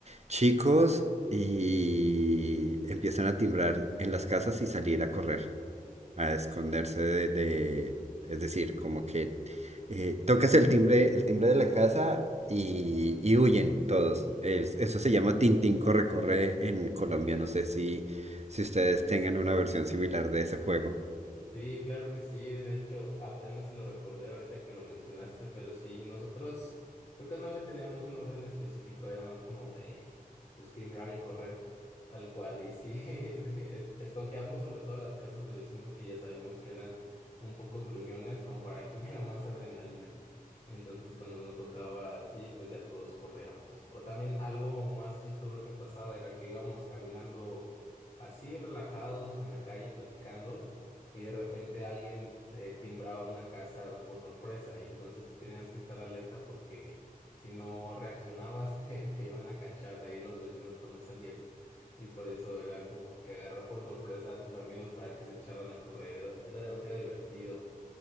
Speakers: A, on the right (about 45°); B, on the left (about 50°).
A: chicos y empiezan a timbrar en las casas y salir a correr a esconderse de, de- es decir, como que eh, tocas el timbre, el timbre de la casa y, y huyen todos. Es- eso se llama Tintín corre corre en Colombia. No sé si, si ustedes tengan una versión similar de ese juego.
B: Sí, claro que sí. De hecho, apenas si lo recordé ahorita que lo mencionaste, pero sí, nosotros creo que no le teníamos un nombre en específico, era más como de pues timbrar y correr, tal cual. Y sí, <laughs> de- es- escogíamos sobre todo las casas de vecinos que ya sabíamos que eran un poco gruñones, como para que <laughs> hubiera más adrenalina. Entonces, cuando uno tocaba así, pues ya todos corríamos. O también algo más chistoso que pasaba era que íbamos caminando así relajados en la calle platicando y de repente alguien eh, timbraba una casa por sorpresa y entonces tú tenías que estar alerta porque si no reaccionabas <laughs> te, te iban a cachar ahí los vecinos cuando salieran. Y por eso era como que agarrar por sorpresa a tus amigos para que se echaran a correr, era, era demasiado divertido.